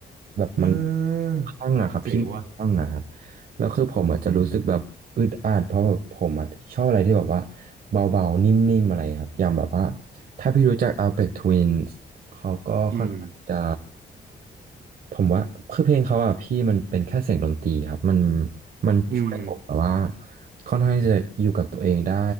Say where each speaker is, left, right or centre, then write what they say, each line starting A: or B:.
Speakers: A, on the right; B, on the right.
A: แบบมัน
B: เออ
A: คลั่งอะครับพี่มันคลั่งอะครับ
B: เจ๋งว่ะ
A: แล้วคือผมอาจจะรู้สึกแบบอึดอัดเพราะแบบผมอะชอบอะไรที่แบบว่าเบาๆนิ่มๆอะไรครับอย่างแบบว่าถ้าพี่รู้จัก Aphex Twin เขาก็ค่อนข้างจะ
B: อืม
A: ผมว่าคือเพลงเขาอะพี่มันเป็นแค่เสียงดนตรีครับมันมันช่วยผมแบบว่า
B: อืม
A: ค่อนข้างี้จะอยู่กับตัวเองได้